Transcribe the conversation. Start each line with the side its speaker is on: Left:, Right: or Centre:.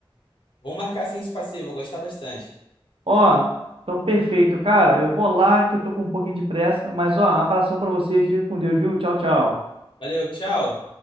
Left: Vamos marcar assim esse passeio, vou gostar bastante.
Right: Ó, então perfeito, cara. Eu vou lá que eu tô com um pouquinho de pressa, mas ó, um abração pra você, fica com Deus, viu? Tchau, tchau.
Left: Valeu, tchau.